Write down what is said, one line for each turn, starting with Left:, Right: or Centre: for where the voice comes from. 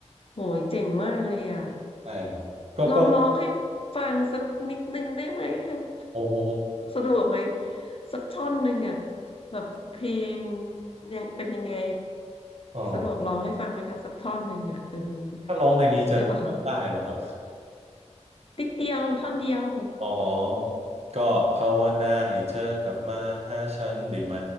Left: โหยเจ๋งมากเลยอ่ะ
Right: ใช่ครับก็ก็
Left: ลองร้องให้ฟังสักนิดนึงได้ไหมอ่ะ
Right: โอ้โห
Left: สะดวกไหมสักท่อนหนึ่งอ่ะแบบเพลงยังเป็นยังไง
Right: อ๋อ
Left: สะดวกร้องให้ฟังไหมคะสักท่อนหนึ่งอ่ะเออ
Right: ถ้าร้องในนี้จะร้องได้เหรอครับ
Left: ได้ปะคะนิดเดียวท่อนเดียว
Right: อ๋อก็ภาวนาให้เธอกลับมาหาฉันได้ไหม